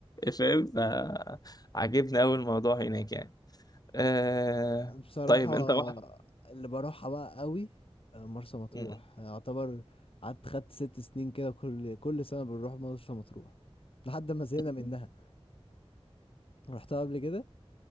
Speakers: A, on the left; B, on the left.
A: فاهم فعجبني أوي الموضوع هناك يعني آه...
B: بصراحة
A: طيب أنت رحت
B: اللي بروحها بقى قوي آه، مرسى مطروح
A: م-
B: يعتبر قعدت خدت ست سنين كده كل كل سنة بنروح مرسى مطروح لحد ما زهقنا منها
A: م-
B: رحتها قبل كده